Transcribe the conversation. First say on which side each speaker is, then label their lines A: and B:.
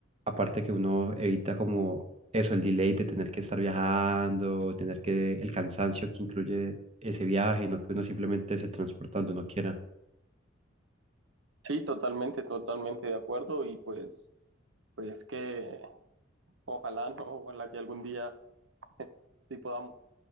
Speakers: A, on the right; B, on the right.
A: Aparte que uno evita como eso, el delay de tener que estar viajando, tener que el cansancio que incluye ese viaje, y no que uno simplemente se transporta donde uno quiera.
B: sí, totalmente, totalmente de acuerdo y pues, pues que ojalá, ¿no? Ojalá que algún día <laughs> sí podamos.